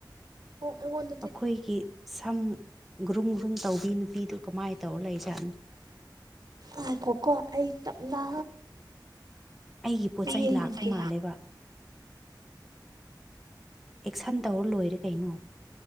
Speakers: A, on the right; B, in the centre.
A: ꯑꯣ ꯑꯩꯉꯣꯟꯗ
B: ꯑꯩꯈꯣꯏꯒꯤ ꯁꯝ ꯒ꯭ꯔꯨꯝ ꯒ꯭ꯔꯨꯝ ꯇꯧꯕꯤ ꯅꯨꯄꯤꯗꯨ ꯀꯃꯥꯏꯅ ꯇꯧꯔ ꯂꯩꯖꯥꯠꯅꯣ
A: ꯉꯥꯏꯈꯣꯀꯣ ꯑꯩ ꯇꯞꯅ
B: ꯑꯩꯒꯤ ꯄꯣꯠ ꯆꯩꯩ
A: ꯌꯦꯡꯒꯦ
B: ꯂꯥꯛꯄ ꯃꯥꯜꯂꯦꯕ ꯑꯦꯛꯁꯟ ꯇꯧꯔ ꯂꯣꯏꯔꯦ ꯀꯩꯅꯣ